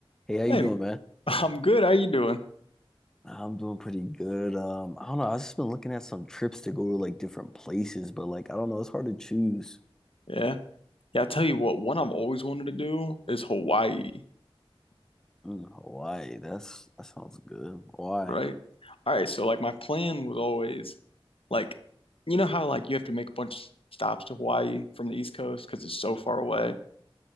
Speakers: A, in the centre; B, on the left (about 70°).
A: Hey, how you
B: Hey,
A: doing, man?
B: <laughs> I'm good. How you doing?
A: I'm doing pretty good. Um, I don't know. I've just been looking at some trips to go to like different places, but like I don't know, it's hard to choose.
B: Yeah. Yeah, I tell you what, one I've always wanted to do is Hawaii,
A: Mm, Hawaii. That's that sounds good. Why
B: right? All right, so like my plan was always like you know how like you have to make a bunch of stops to Hawaii from the East Coast because it's so far away.